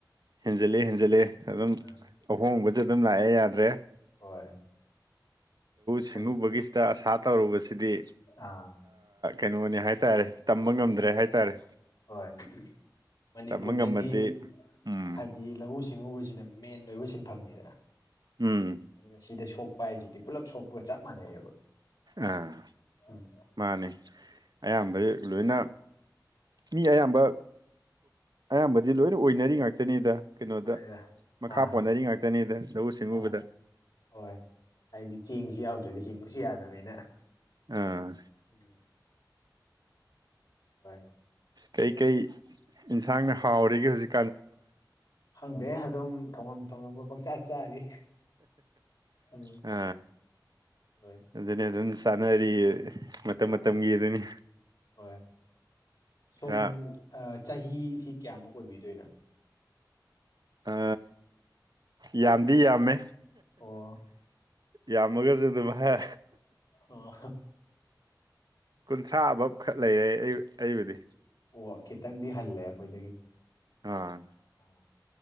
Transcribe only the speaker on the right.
ꯍꯦꯟꯖꯤꯜꯂꯤ ꯍꯦꯟꯖꯤꯜꯂꯤ ꯑꯗꯨꯝ
ꯑꯍꯣꯡꯕꯁꯦ ꯑꯗꯨꯝ ꯂꯥꯛꯑꯦ ꯌꯥꯗ꯭ꯔꯦ
ꯁꯤꯉꯨ
ꯒꯁꯇ ꯁꯥꯇꯔꯨꯕꯁꯦ ꯁꯤꯗꯤ
ꯀꯩꯅꯣꯅꯤ ꯍꯥꯏꯇꯥꯔꯦ ꯇꯝꯕ ꯉꯝꯗ꯭ꯔꯦ ꯍꯥꯏꯇꯥꯔꯦ
ꯇꯝꯕ ꯉꯝꯃꯗꯤ ꯎꯝ
ꯎꯝ
ꯑꯥ
ꯃꯥꯅꯦ ꯑꯌꯥꯝꯕꯁ ꯂꯣꯏꯅ ꯃꯤ ꯑꯌꯥꯝꯕ ꯑꯌꯥꯝꯕꯗꯤ ꯂꯣꯏꯅ ꯑꯣꯏꯅꯔꯤ ꯉꯥꯛꯇꯅꯤꯗ ꯀꯩꯅꯣꯗ
ꯃꯈꯥ
ꯄꯣꯟꯅꯔꯤ ꯉꯥꯛꯇꯅꯤꯗ ꯂꯧꯎ ꯁꯤꯡꯎꯕꯗ
ꯑꯥ
ꯀꯩꯀꯩ ꯏꯟꯁꯥꯡꯅ ꯍꯥꯎꯔꯤꯒꯦ ꯍꯧꯖꯤꯛ
ꯑ
ꯑꯗꯨ ꯑꯗꯨꯝ ꯇꯅꯔꯤ ꯃꯇꯝ
ꯃꯇꯝꯒꯤ ꯑꯗꯨꯅꯤ
ꯈꯔ
ꯑ ꯌꯥꯝꯗꯤ ꯌꯥꯝꯃꯦ
ꯌꯥꯝꯃꯒꯁꯨꯦ ꯑꯗꯨꯃꯥꯏ
ꯀꯨꯟꯊ꯭ꯔꯥꯕꯕ ꯈꯛ ꯂꯩꯌꯦꯦ ꯑꯩꯕꯨꯗꯤ
ꯑ